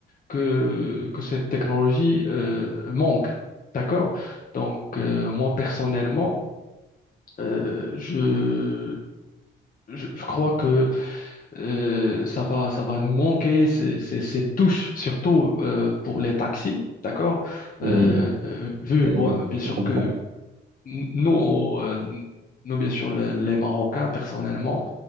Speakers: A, on the left; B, on the right.
A: que, que cette technologie euh, manque, d'accord? Donc, euh, moi personnellement, euh, je, je, je crois que Euh, ça va, ça va nous manquer ces, ces, ces touches, surtout euh, pour les taxis, d'accord? Euh,
B: Hmm,
A: vu,
B: euh,
A: bon,
B: oui,
A: bien sûr
B: je comprends.
A: que n- nous, euh, nous, bien sûr, le- les Marocains, personnellement,